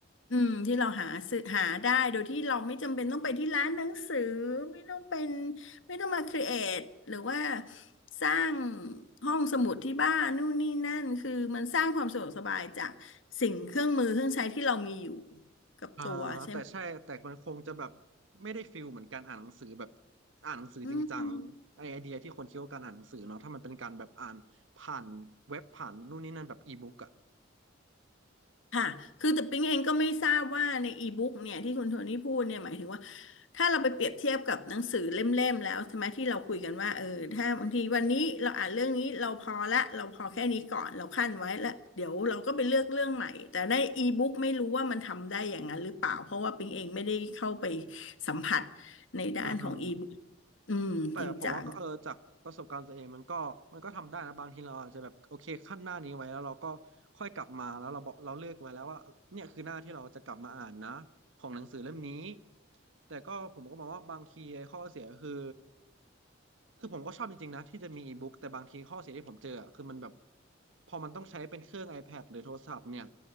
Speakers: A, on the left (about 75°); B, on the right (about 75°).
A: อืมที่เราหาซื้อหาได้โดยที่เราไม่จำเป็นต้องไปที่ร้านหนังสือไม่ต้องเป็น ไม่ต้องมาครีเอทหรือว่าสร้างห้องสมุดที่บ้านนู่นนี่นั่นคือมันสร้างความสะดวกสบายจากสิ่งเครื่องมือเครื่องใช้ที่เรามีอยู่กับตัวใช่ไหม
B: อ่าแต่ใช่แต่มันคงจะแบบไม่ได้ฟิลเหมือนการอ่านหนังสือแบบอ่านหนังสือจริงจังไอไอเดียที่คนคิดว่าการอ่านหนังสือเนาะถ้ามันเป็นการแบบอ่านผ่านเว็บผ่านนู่นนี่นั่นแบบอีบุ๊กอะ
A: อืม ค่ะคือแต่ปิ๊งเองก็ไม่ทราบว่าในอีบุ๊กเนี่ยที่คุณโทนี่พูดเนี่ยหมายถึงว่าถ้าเราไปเปรียบเทียบกับหนังสือเล่มๆแล้วใช่ไหมที่เราคุยกันว่าเออถ้าบางทีวันนี้เราอ่านเรื่องนี้เราพอละเราพอแค่นี้ก่อนเราคั่นไว้แล้วเดี๋ยวเราก็ไปเลือกเรื่องใหม่แต่ในอีบุ๊กไม่รู้ว่ามันทำได้อย่างนั้นหรือเปล่าเพราะว่าปิ๊งเองไม่ได้เข้าไปสัมผัสในด้านของอีบุ๊ก
B: อ่า
A: อืมจริงจัง
B: แต่ผมว่าก็เออจากประสบการณ์ตัวเองมันก็มันก็ทำได้นะบางทีเราอาจจะแบบโอเคขั้นหน้านี้ไว้แล้วเราก็ค่อยกลับมาแล้วเราบอกเราเลือกไว้แล้วว่าเนี่ยคือหน้าที่เราจะกลับมาอ่านนะของหนังสือเล่มนี้แต่ก็ผมก็มองว่าบางทีไอ้ข้อเสียคือคือผมก็ชอบจริงๆนะที่จะมีอีบุ๊กแต่บางทีข้อเสียที่ผมเจออะคือมันแบบพอมันต้องใช้เป็นเครื่อง iPad หรือโทรศัพท์เนี่ย